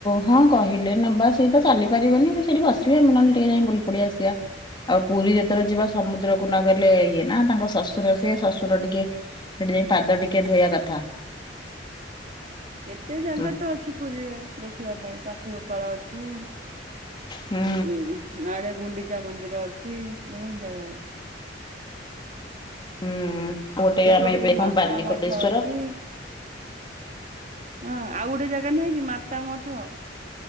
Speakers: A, on the left; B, on the right.
A: ହଁ କହିଲେ ନେବା ସିଏ ତ ଚାଲି ପାରିବନି ସେ ସେଠି ବସିବେ ଆମେ ନହେଲେ ଟିକେ ଯାଇ ପିବ ଲ ପଡ଼ିଆସିବା ଆଉ ପୁରୀ ଯେତେବେଳେ ଯିବା ସମୁଦ୍ରକୁ ନ ଗଲେ ଇଏ ନା ତାଙ୍କ ଶ୍ୱଶୁର ସେି ଶ୍ୱଶୁର ଟିକେ ପାଦ ଟିକେ ଧୋଇବା କଥା
B: କେତେ ଜାଗା
A: ହୁଁ
B: ତ ଅଛି ପୁରୀରେ ଦେଖିବା ପାଇଁ ସାକ୍ଷୀ ଗୋପାଳ ଅଛି
A: ହୁଁ
B: ଉଁ ଆଆଡେ ଗୁଣ୍ଡିଚା ମନ୍ଦିର ଅଛି ବହୁତ ଜାଗା ଅଛି
A: ହୁଁ ଗୋଟେ
B: ସେପଟେ
A: ଆମେ ଏବେ
B: ବି
A: କଣ
B: ମାତା
A: ବାଲିକପେଶ୍ଵର
B: ମଠ ଅଛି ହଁ ଆଉ ଗୋଟେ ଜାଗା ନାହିଁ କି ମାତା ମଠ